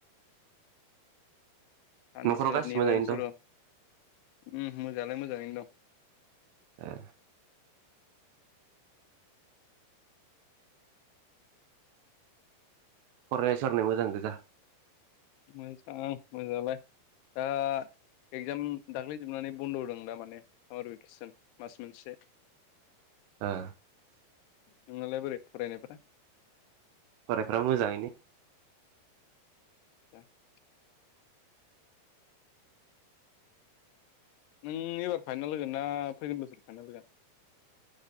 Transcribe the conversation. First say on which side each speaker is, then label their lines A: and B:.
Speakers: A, on the left; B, on the right.
A: साननैसो
B: न'खराव गासिबो
A: नेबावसै
B: मोजाङैनो दं
A: र' उम मोजाङालाय मोजाङैनो दं।
B: आ। फरायनाय सरानाय मोजां गोजा।
A: मोजां मोजांङालाय दा एगजाम दाख्लै जोबनानै बन्द' होदों दा माने सामार भेकेसन मास मोनसे।
B: आ।
A: नोंनालाय बोरै फरायनायफोरा?
B: फरायफ्रा मोजाङैनो।
A: <inaudible> नों एबार फाइनाल होगोन ना फैगोन बोसोर फाइनाल होगोन।